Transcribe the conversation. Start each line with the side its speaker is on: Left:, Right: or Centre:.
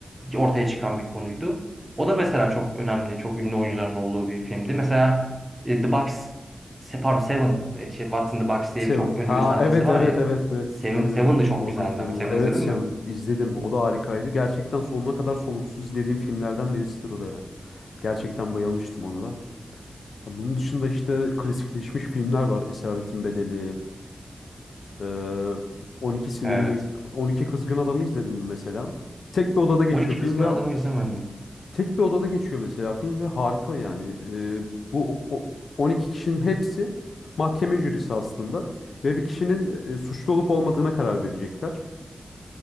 Right: ortaya çıkan bir konuydu. O da mesela çok önemli, çok ünlü oyuncuların olduğu bir filmdi. Mesela e, The Box, se- pardon Seven, e, şey, What's in the Box diye
Left: Seven.
Right: bir çok ünlü
Left: Ha
Right: bir sahnesi
Left: evet
Right: var
Left: evet
Right: ya.
Left: evet Brad
Right: Seven,
Left: Pitt'in oynadığı
Right: Seven de çok
Left: Morgan
Right: güzeldi
Left: Freeman.
Right: ama Seven
Left: var. Evet
Right: izledin
Left: Seven
Right: mi?
Left: izledim. O da harikaydı. Gerçekten sonuna kadar soluksuz izlediğim filmlerden birisidir o da yani. Gerçekten bayılmıştım ona da. Bunun dışında işte klasikleşmiş filmler var. Esaretin Bedeli, Ee, 12 sinirli
Right: Evet.
Left: 12 kızgın adamı izledim mesela. Tek bir odada geçiyor
Right: On iki Kızgın
Left: film ve
Right: Adamı izlemedim.
Left: tek bir odada geçiyor mesela film ve harika yani. Ee, bu o- o- 12 kişinin hepsi mahkeme jürisi aslında ve bir kişinin e, suçlu olup olmadığına karar verecekler.